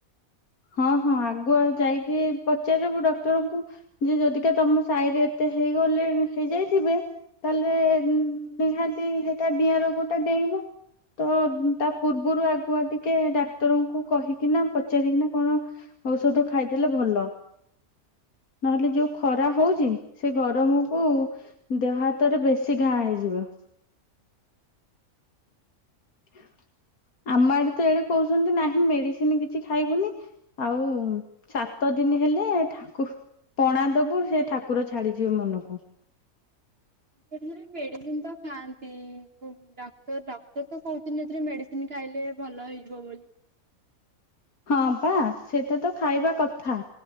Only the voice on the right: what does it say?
ହୁଁ
ହେଲେ ମେଡ଼ିସିନ ତ ଖାଆନ୍ତି ଡ଼କ୍ତର ଡ଼କ୍ଟର ତ କହୁଥିଲେ ଏଥିରେ ମେଡ଼ିସିନ <unintelligible> ଖାଇଲେ ଭଲ ହେଇଯିବ ବୋଲି।